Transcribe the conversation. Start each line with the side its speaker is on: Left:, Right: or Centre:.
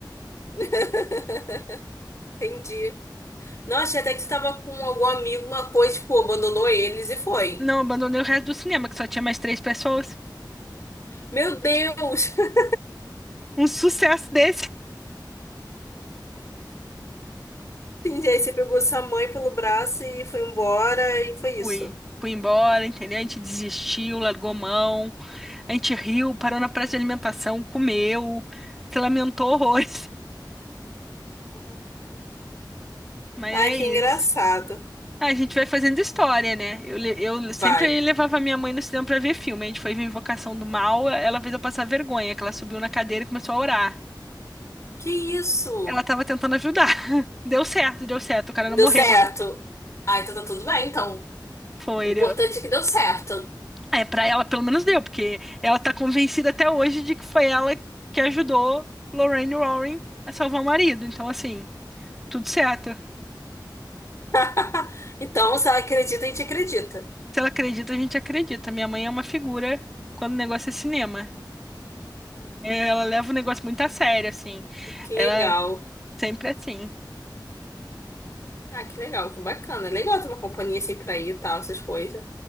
Left: <laughs> Entendi. Não, achei até que você tava com algum amigo, uma coisa, tipo, abandonou eles e foi.
Centre: Não, abandonei o resto do cinema, que só tinha mais três pessoas.
Left: Meu Deus! <laughs>
Centre: Um sucesso desse.
Left: Entendi. Aí você pegou sua mãe pelo braço e foi embora, e foi isso.
Centre: Fui. Fui embora, entendeu? A gente desistiu, largou mão, a gente riu, parou na praça de alimentação, comeu, se lamentou horrores. <laughs> Mas
Left: Ai,
Centre: é isso.
Left: que engraçado.
Centre: Ah, a gente vai fazendo história, né? Eu, le- eu sempre
Left: Vai.
Centre: levava minha mãe no cinema pra ver filme. A gente foi ver Invocação do Mal, ela fez eu passar vergonha, que ela subiu na cadeira e começou a orar.
Left: Que isso?
Centre: Ela tava tentando ajudar. <laughs> Deu certo, deu certo, o cara
Left: Deu
Centre: não morreu.
Left: certo? Ah, então tá tudo bem, então.
Centre: Foi.
Left: O importante é que deu certo.
Centre: Ah, É, pra ela pelo menos deu, porque ela tá convencida até hoje de que foi ela que ajudou Lorraine Warren a salvar o marido. Então, assim, tudo certo.
Left: <laughs> Então, se ela acredita, a gente acredita.
Centre: Se ela acredita, a gente acredita. Minha mãe é uma figura quando o negócio é cinema. Ela leva o negócio muito a sério, assim.
Left: Que
Centre: Ela
Left: legal.
Centre: sempre é assim.
Left: Ah, que legal, que bacana. Legal ter uma companhia assim pra ir e tal, essas coisas.